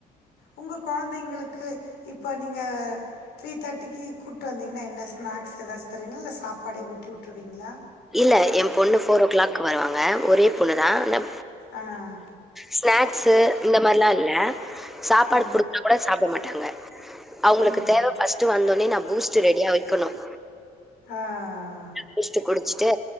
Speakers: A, on the left; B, in the centre.
A: உங்க குழந்தைங்களுக்கு க்கு இப்போ நீங்க த்ரீ தேர்ட்டிக்கு கூட்டு வந்தீங்கன்னா என்ன ஸ்நாக்ஸ் ஏதாச்சும் தருவீங்களோ இல்ல சாப் படை ஊட்டி விட்ருவீங்களா
B: இல்ல என் பொண்ணு ஃபோர் ஓ கிளாக் வருவாங்க ஒரே பொண்ணு தான் ந
A: ஆஹ்
B: ஸ்நாக்ஸு இந்த மாதிரிலா இல் சாப்பாடு
A: ஆ
B: கொடுத்தா கூட சாப்பிட மாட்டாங்க இல்ல அவங்களுக்கு
A: ம்
B: தேவை பர்ஸ்ட் வந்தோடனே நான் பூ ஸ்ட் ரெடியா வைக்கணும்
A: ஆஹ்
B: பூஸ்ட் குடிச்சுட்டு